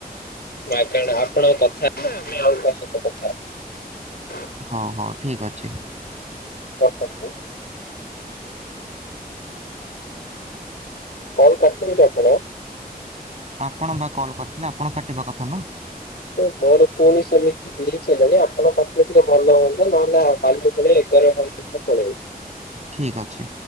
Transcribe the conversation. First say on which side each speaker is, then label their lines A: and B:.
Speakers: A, on the left; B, on the right.
A: ନା କଣ ଆପଣଙ୍କ କଥା ହେବେ ନା ମାନେ ଆଉ କାହା ସହିତ କଥା ହେବେ
B: ହଉ ହଉ ଠିକ୍ ଅଛି
A: ରଖନ୍ତୁ। କଣ କରୁଛନ୍ତି ଆପଣ?
B: ଆପଣ ବା କଲ୍ କରିଥିଲେ ଆପଣ କାଟିବା କଥା ନା
A: ମୋର ପୁଣି ସେମିତି କିଛି ନାହିଁ ନା ଆପଣ କାଟିଲେ ଟିକେ ଭଲ ହୁଅନ୍ତା ନହେଲେ କାଲି ଭଳି ଏଗାର ଘଣ୍ଟା ପଳେଇବ
B: ଠିକ ଅଛି